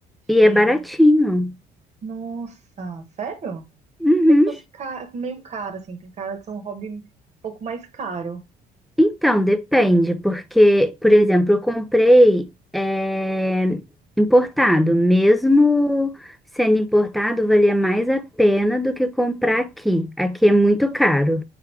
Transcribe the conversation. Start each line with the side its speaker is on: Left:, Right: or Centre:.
Centre: E
Right: Gente,
Centre: é baratinho.
Right: nossa, sério?
Centre: Uhum.
Right: Achei que fosse ca- meio caro, assim, tem cara de ser um hobby um pouco mais caro.
Centre: Então, depende, porque, por exemplo, eu comprei eh, importado. Mesmo sendo importado, valia mais a pena do que comprar aqui. Aqui é muito caro,